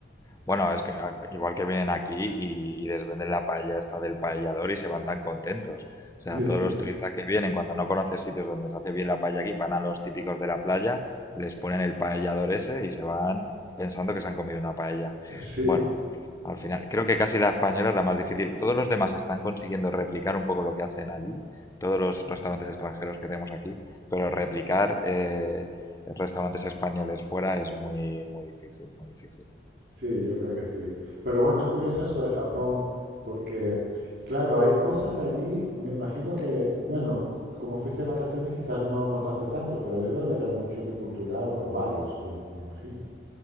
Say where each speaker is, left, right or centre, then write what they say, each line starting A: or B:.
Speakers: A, on the left (about 15°); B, on the right (about 55°).
A: Bueno, es que a- igual que vienen aquí y, y les venden la paella esta del paellador y se van tan contentos. O sea,
B: <laughs>
A: todos
B: Sí,
A: los turistas que vienen, cuando no conocen sitios donde se hace bien la paella aquí, van a los típicos de la playa, les ponen el paellador ese y se van pensando que se han comido una paella.
B: sí.
A: Bueno, al final, creo que casi la española es la más difícil. Todos los demás están consiguiendo replicar un poco lo que hacen allí, todos los restaurantes extranjeros que tenemos aquí, pero replicar eh, restaurantes españoles fuera es muy, muy difícil, muy difícil.
B: Sí, yo creo que sí. Pero bueno, es curioso eso de Japón, porque, claro, hay cosas allí, me imagino que, bueno, como fuiste de vacaciones quizás no notaste tanto, pero debe haber algún choque cultural o varios, yo me imagino.